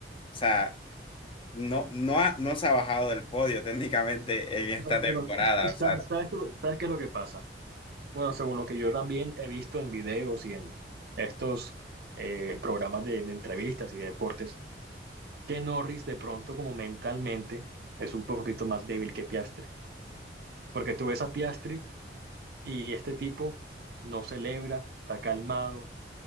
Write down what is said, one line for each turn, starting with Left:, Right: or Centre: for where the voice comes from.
Left: sea, no, no, ha- no se ha bajado del podio técnicamente en
Right: No,
Left: esta temporada.
Right: pero, ¿sabes,
Left: O sea,
Right: sabes qué, es lo sabes qué es lo que pasa? Bueno, según lo que yo también he visto en videos y en estos eh, programas de, de entrevistas y de deportes, que Norris de pronto como mentalmente es un poquito más débil que Piastri. Porque tú ves a Piastri y este tipo no celebra, está calmado,